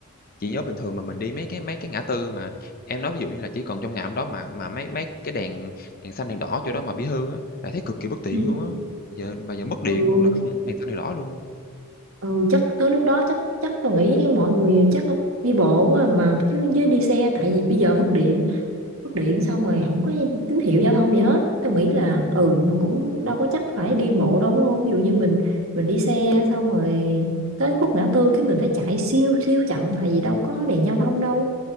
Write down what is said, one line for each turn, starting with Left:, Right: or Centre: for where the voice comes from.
Left: chị nhớ bình thường mà mình đi mấy cái mấy cái ngã tư mà em nói ví dụ như là chỉ còn trong ngã hôm đó mà mà mấy mấy cái đèn đèn xanh, đèn đỏ chỗ đó mà bị hư á, là thấy cực kỳ bất tiện
Right: Ừ.
Left: luôn á. Giờ mà giờ mất điện
Right: ừ,
Left: luôn là không có đèn xanh, đèn đỏ luôn.
Right: ừ chắc tới lúc đó chắc chắc tôi nghĩ như mọi người chắc đi bộ quá mà chứ chứ đi xe tại vì bây giờ mất điện mất điện xong rồi không có tín hiệu giao thông gì hết tôi nghĩ là ừ mà cũng đâu có chắc phải đi bộ đâu đúng không ví dụ như mình mình đi xe xong rồi tới khúc ngã tư cái mình phải chạy siêu siêu chậm tại vì đâu có đèn giao thông đâu